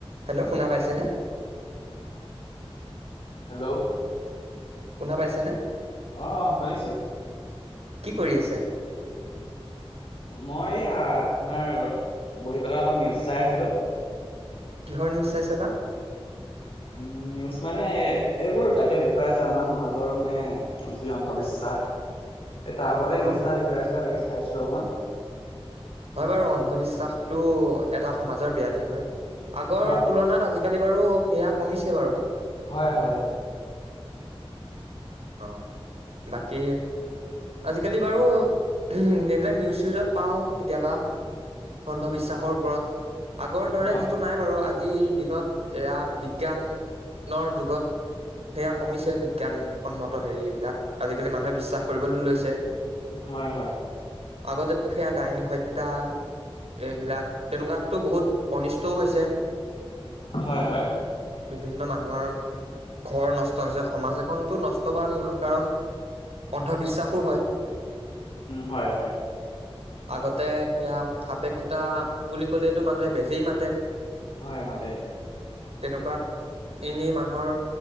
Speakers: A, on the right; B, on the left.
A: Hello শুনা পাইছেনে?
B: Hello?
A: শুনা পাইছে নে?
B: অ', অ', শুনিছো।
A: কি কৰি আছে?
B: মই এইয়া আপোনাৰ বহি পেলাই অলপ নিউজ চাই আছিলো।
A: কিহৰ নিউজ চাইছে বা? <inaudible>
B: উম নিউজ মানে এইবোৰ তাকে দেখুৱাই আছে আমাৰ সমাজৰ মানে যি অন্ধবিশ্বাস।
A: <inaudible>
B: এই তাৰ ওপতে নিউজটা
A: অ',
B: দেখুৱাই আছিলে তাকে চাইছিলোঁ অকমান।
A: হয় বাৰু অন্ধবিশ্বাসতটো এটা সমাজৰ ব্যাধি হয় আগৰ
B: হয়
A: তুলনাত আজি কালি বাৰু সেয়া কমিছে বাৰু।
B: হয় হয় হয়।
A: অ', বাকী আজিকালি বাৰু এইবিলাক নিউজ চিউজত পাওঁ কেতিয়াবা। অন্ধবিশ্বাসৰ ওপৰত আগৰ দৰে
B: হ-
A: টো নাই বাৰু আজিৰ দিনত এয়া বিজ্ঞানৰ যুগত সেয়া কমিছে বিজ্ঞানসন্মত হেৰি বিলাক আজিকালি মানুহে বিশ্বাস কৰিবলৈ লৈছে।
B: হয় হয়।
A: আগতে সেয়া ডাইনী হত্যা। এইবিলাক তেনেকুৱাতটো বহুত অনিষ্টও হৈছে।
B: হয় হয়।
A: বিভিন্ন মানুহৰ ঘৰ নষ্ট হৈছে সমাজ এখনতো নষ্ট হোৱাৰ মূল কাৰণ অন্ধবিশ্বাসো হয়।
B: হয় হয়।
A: <inaudible> আগতে সেয়া সাপে খুটা বুলি কলেতো মানুহে বেজেই মাতে।
B: হয় মাতে।
A: তেনেকুৱাত এনেই মানুহৰ